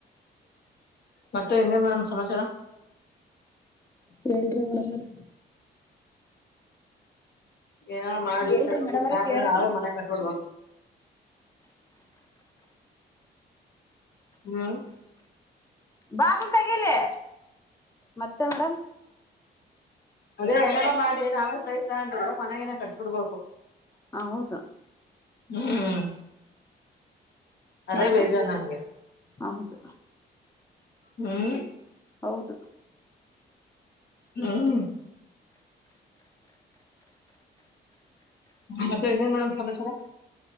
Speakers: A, on the left; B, on the left.
A: ಮತ್ತೆ ಇನ್ನೇನ್ ಮೇಡಮ್ ಸಮಾಚಾರ
B: ಹೇಳರಿಿ ನೋಡಮ್ಮಲ್ಲ
A: ಏನೋ ಮಾಡ
B: ಹೇಳ್ರಿ ಮೇಡಮರ ಕೇಳೋಣ
A: ನಾವೇ ಮನ ಕಟ್ಕಡ್ಬೇಕು ಹ್ಮ್
B: ಬಾಕ ತೆಗಿಲಿ ಮತ್ತೆ ಮೇಡಮ್
A: ಅದೇ ಹನ್ನರ ಮಾಡಿ ನಾವ ಸಹಿತ ಅಂದ ಮನೆಯನ ಕಟ್ಬಿಡ್ಬೇಕು
B: ಹ ಹೌದು
A: ಹ್ಮ್ ಅದೇ
B: ಮತ್ತೆ
A: ಬೇಜಾರ ನಂಗೆ
B: ಹೌದು
A: ಹ್ಮ್
B: ಹೌದು
A: ಹ್ಮ ಮತ್ತೆ ಏನೇನ್ ಮೇಡಮ್ ಸಮಾಚಾರ